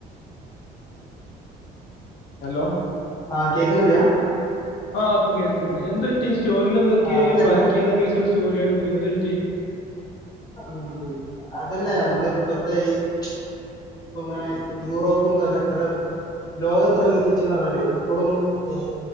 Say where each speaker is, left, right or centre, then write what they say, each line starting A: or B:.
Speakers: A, on the left; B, on the left.
A: ഹലോ
B: ആ കേക്കണില്ല
A: ആ ഇപ്പ കേക്കണ്ട് എന്ത് പറ്റി സ്റ്റോറീലെന്തക്കെയോ
B: അതന്നെ
A: ഒരു വർഗീയത <unintelligible> സ്റ്റോറി കണ്ടു എന്ത് പറ്റി
B: മം അതന്നെ നമ്മള് ഇപ്പത്ത ഈ <unintelligible> ഇങ്ങനെ യൂറോപ്പും ഇതൊക്കെ എത്ര ലോകെത്ര വികസിച്ചൂന്ന് പറഞ്ഞാലേ ഇപ്പളും
A: ആ,
B: ഈ